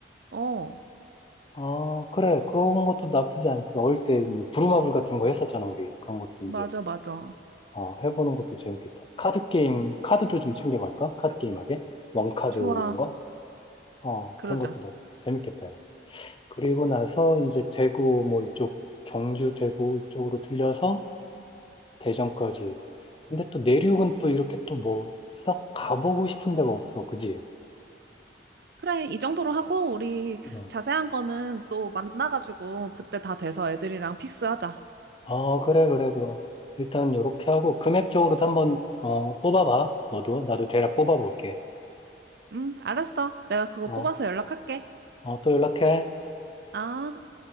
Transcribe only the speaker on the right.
어,
맞아,
맞아.
좋아,
그러자.
그래, 이 정도로 하고, 우리
자세한 거는 또 만나가지고, 그때 다 돼서 애들이랑 픽스하자.
응, 알았어. 내가 그거
뽑아서 연락할게.
아.